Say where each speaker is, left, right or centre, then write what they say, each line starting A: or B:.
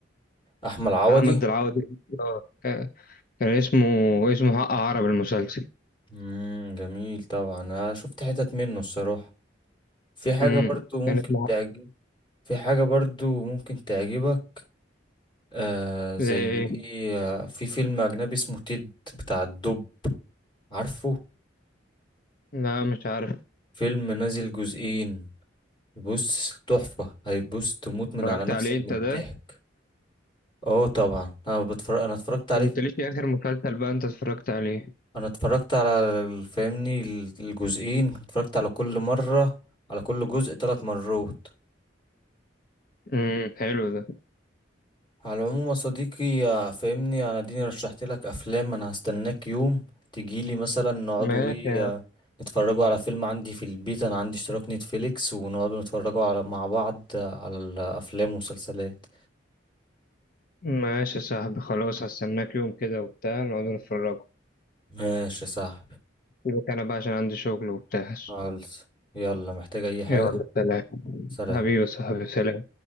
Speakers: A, on the left (about 25°); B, on the left (about 50°).
A: احمد عوضي
B: بتاع احمد العوضي اه كان كان اسمه اسمه حق عرب المسلسل
A: مم... جميل طبعا انا شفت حتت منه الصراحة في حاجة
B: امم
A: برضو ممكن
B: كان اسمه
A: تعجب
B: حق-
A: في حاجة برضو ممكن تعجبك آه زي
B: زي ايه
A: ايه آه، في فيلم أجنبي اسمه تيد بتاع الدب عارفه
B: لا مش عارف
A: فيلم نازل جزئين بص تحفة هتبص تموت من
B: اتفرجت
A: على نفسك
B: عليه انت
A: من الضحك
B: ده انت
A: اه طبعا انا بتفرج انا اتفرجت عليه
B: ما قلتليش إيه اخر مسلسل بقى انت اتفرجت عليه
A: انا اتفرجت على ال- فاهمني ال- الجزئين اتفرجت على كل مرة على كل جزء ثلاث مرات
B: امم حلو ده
A: على العموم يا صديقي يا فاهمني انا اديني رشحت لك افلام انا هستناك يوم تجيلي مثلا نقعدوا
B: ماشي
A: ايه آه، نتفرجوا على فيلم عندي في البيت انا عندي اشتراك نتفليكس ونقعدوا نتفرجوا على مع بعض آه، على الافلام والمسلسلات
B: ماشي يا صاحبي خلاص هستناك يوم كده وبتاع نقعد نتفرجوا
A: ماشي يا صاحبي
B: سيبك انا بقى عشان عندي شغل وبتاع
A: خالص يلا محتاج اي حاجة
B: يلا سلام
A: سلام
B: حبيبي يا صاحبي سلام